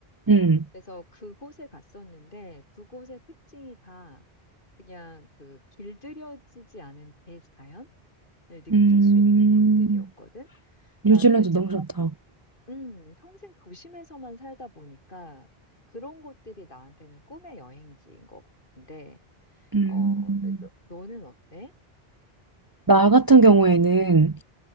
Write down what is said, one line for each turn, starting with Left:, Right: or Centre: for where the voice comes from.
Right: 음,
Left: 그래서 그곳에 갔었는데, 두 곳의 특징이 다 그냥 그 길들여지지 않은 대자연을 느낄
Right: 음,
Left: 수 있는 곳들이었거든.
Right: 뉴질랜드
Left: 나도 이제
Right: 너무
Left: 평,
Right: 좋다.
Left: 음, 평생 도심에서만 살다 보니까 그런 곳들이 나한테는 꿈의 여행지인 것 같은데,
Right: 음,
Left: 어, 너, 너는 어때?
Right: 나 같은 경우에는